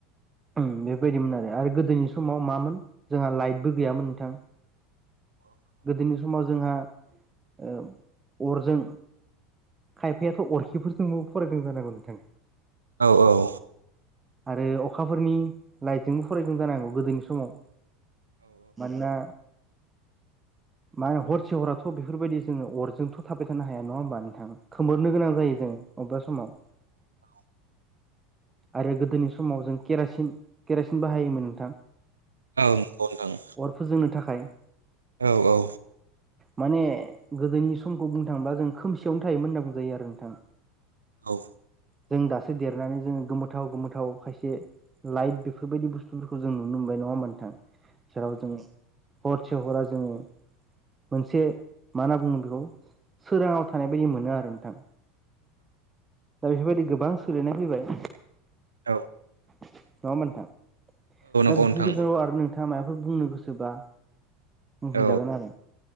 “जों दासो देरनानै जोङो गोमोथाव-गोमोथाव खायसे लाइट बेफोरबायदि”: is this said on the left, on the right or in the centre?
Right